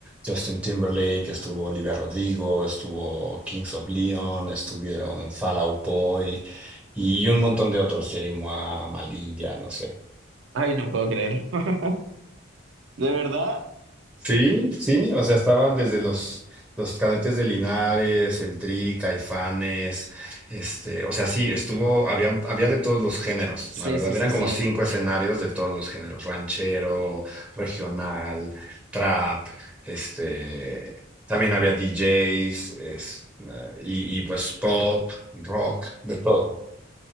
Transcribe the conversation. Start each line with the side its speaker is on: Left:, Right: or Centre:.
Centre: Justin Timberlake, estuvo Olivia Rodrigo, estuvo Kings of Leon, estuvieron Fall Out Boy y un montón de otros, Jerry Mois, Malilla, no sé.
Right: Ay, no puedo creerlo. <laughs> ¿De verdad?
Centre: Sí, sí, o sea, estaban desde los, los cadetes de Linares, el TRI, Caifanes, este, o sea, sí, estuvo, había, había de todos los géneros,
Right: Sí,
Centre: la verdad,
Right: sí, sí,
Centre: eran
Right: sí.
Centre: como cinco escenarios de todos los géneros, ranchero, regional, trap, este, también había DJs, es, eh, y, y pues pop, rock, de todo.